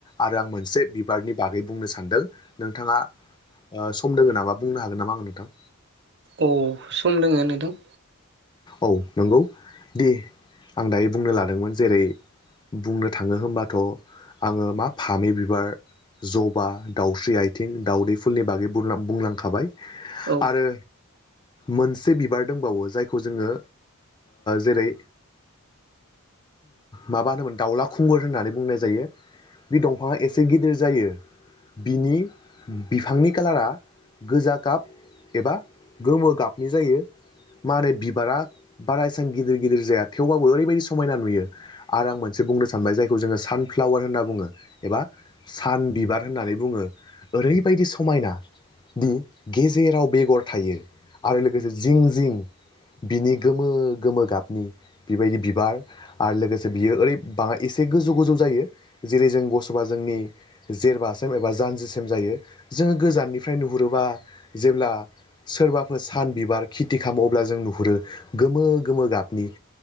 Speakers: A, on the left (about 20°); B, on the right (about 50°).
A: आरो आं मोनसे बिबारनि बागै बुंनो सानदों नोंथाङा सम दङ नामा बुंनो हागोन नामा आं नोंथां
B: औ सम दोङो नोंथां
A: औ नंगौ दे आं दायो बुंनो लादोंमोन जेरै बुंनो थाङो होनबाथ' आङो मा फामि बिबार जबा दाउस्रि आथिं दाउदै फुलनि बागै बुंलांखाबाय
B: औ
A: आरो मोनसे बिबार दंबाव जाय खौ जोङो जेरै माबा होनोमोन दाउला खुंगुर होननानै बुंनाय जायो बे दंफाङा एसे गिदिर जायो बिनि बिफांनि खाालारा गोजा गाब एबा गोमो गाबनि जायो मा होनै बिबारा बारा इसां गिदिर गिदिर जाया थेवबाबो ओरैबायदि समायना नुयो आरो आं मोनसे बुंनो सानबाय जायखौ जोङो सानफ्लावार होनना बुङो एबा सान बिबार होननानै बुङो ओरैबायदि समायना दि गेजेराव बेगर थायो आरो लोगोसे जिं जिं बिनि गोमो गोमो गाबनि बेबायदि बिबार आरो लोगोसे बियो ओरै बाङा एसे गोजौ गोजौ जायो जेरै जों गसबा जोंनि जेरबासेम एबा जानजिसिम जायो जोङो गोजाननिफ्राय नुहुरोबा जेब्ला सोरबाफोर सान बिबार खेथि खालामो अब्ला जों नुहुरो गोमो गोमो गाबनि